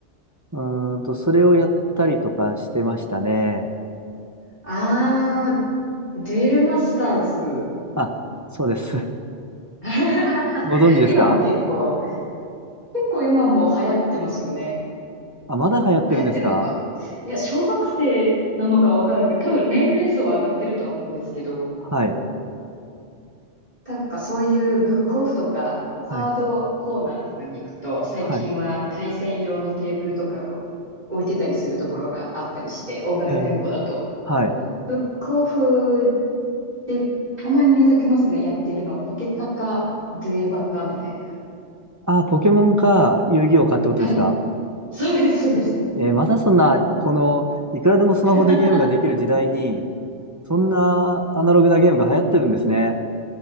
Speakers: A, on the right; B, on the right.
A: うーんと、それをやったりとかしてましたね。
B: ああ、デュエルマスターズ。
A: あ、そうです。<laughs>
B: <laughs>
A: ご存知ですか
B: 今も結構、結構今も流行ってますよね。
A: あ、まだ流行ってるんですか
B: 流行ってるのか。いや、小学生なのかわかんないですけど、多分年齢層は上がってるとは思うんですけど、
A: はい。
B: なんかそういうブックオフとか、
A: はい。
B: ハードコーナーとかに行くと、最近は対戦用のテーブルとかを置いてたりするところがあったりして、
A: はい。
B: 大型店舗だと。
A: えー、はい。
B: ブックオフでたまに見かけますね、やってるの。ポケカか、デュエマかみたいな。
A: あ、ポケモンか、遊戯王かってことですか
B: はい。そうです、そうです。
A: えーまだそんな、この、いくらでもスマホでゲームができる時代に、
B: <laughs>
A: そんなアナログなゲームが流行ってるんですね。